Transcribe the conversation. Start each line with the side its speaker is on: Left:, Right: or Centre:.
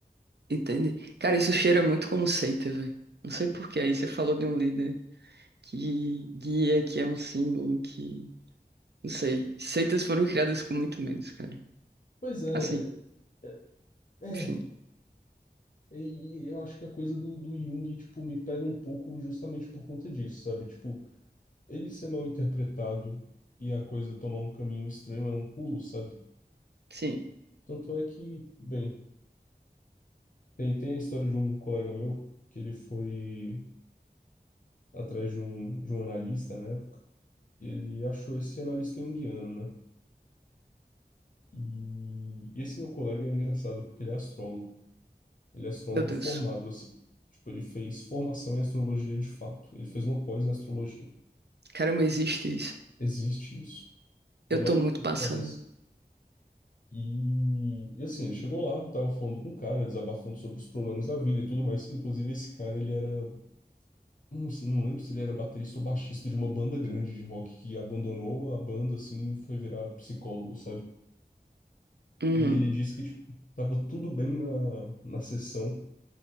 Right: Entende? Cara, isso cheira muito como seita, velho. Não sei por quê. Aí você falou de um líder que guia, que é um símbolo, que. Não sei. Seitas foram criadas com muito menos, cara.
Left: Pois é.
Right: Assim.
Left: é, É,
Right: Enfim,
Left: e eu acho que a coisa do, do Jung, tipo, me pega um pouco justamente por conta disso, sabe? Tipo, ele ser mal interpretado e a coisa tomar um caminho estranho é um pulo, sabe?
Right: sim.
Left: Tanto é que, bem, tem, tem a história de um colega meu que ele foi atrás de um, de um analista na época, e ele achou esse analista junguiano, né? E esse meu colega é engraçado porque ele é astrólogo. Ele é astrólogo
Right: Meu Deus.
Left: formado, assim. Tipo, ele fez formação em astrologia de fato. Ele fez uma pós em astrologia.
Right: Caramba, existe isso.
Left: Existe isso, pelo
Right: Eu tô
Left: mais
Right: muito
Left: incrível
Right: passado.
Left: que pareça. E, e assim, ele chegou lá, tava falando com o cara, desabafando sobre os problemas da vida e tudo mais. Inclusive, esse cara, ele era, não, não lembro se ele era baterista ou baixista de uma banda grande de rock que abandonou a banda, assim, e foi virar psicólogo, sabe?
Right: Uhum,
Left: E ele disse que, tipo, tava tudo bem na, na sessão,